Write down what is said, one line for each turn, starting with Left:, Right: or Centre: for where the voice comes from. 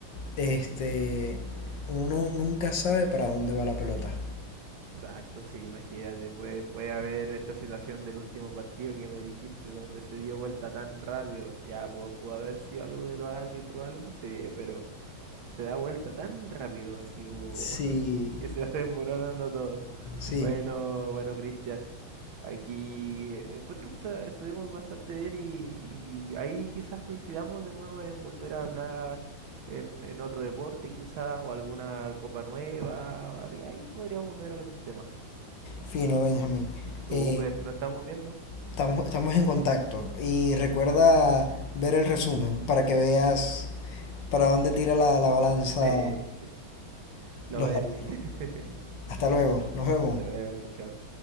Left: Este, uno nunca sabe para dónde va la pelota.
Right: Exacto, sí, imagínate, puede, puede haber esta situación del último partido que me dijiste, donde se dio vuelta tan rápido. Ya, pu- pudo, haber sido algo de los árbitros o algo, sí, pero se da vuelta tan rápido, así como
Left: Sí,
Right: <laughs> que se va desmoronando todo.
Left: sí,
Right: Bueno, bueno, Cristian, aquí eh, encuentro esta- estuvimos bastante bien y, y ahí quizás coincidamos de nuevo en volver a hablar. En, en otro deporte quizás, o alguna copa nueva, o algo- ahí podríamos ver algún tema.
Left: fino, Benjamín.
Right: Super,
Left: Eh,
Right: ¿no estamos viendo?
Left: estamos, estamos en contacto y recuerda ver el resumen para que veas para dónde tira la, la balanza
Right: Sí, sí, lo
Left: los
Right: veré.
Left: árbitros.
Right: <laughs>
Left: Hasta luego, nos vemos.
Right: Hasta luego, chao, chao.